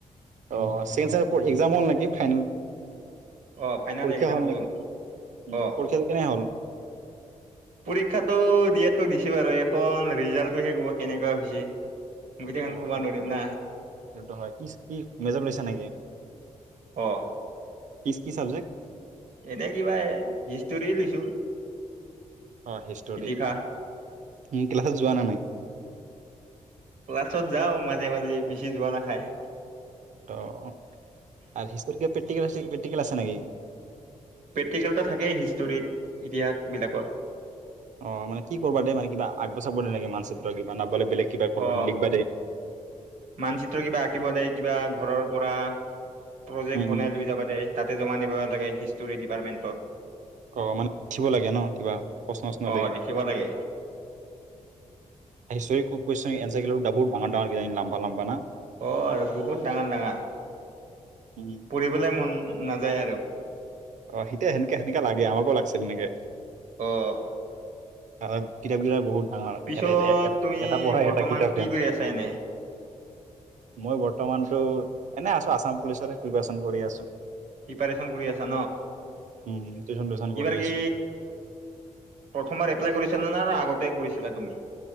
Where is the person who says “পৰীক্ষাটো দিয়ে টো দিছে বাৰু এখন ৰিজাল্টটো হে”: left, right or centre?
Right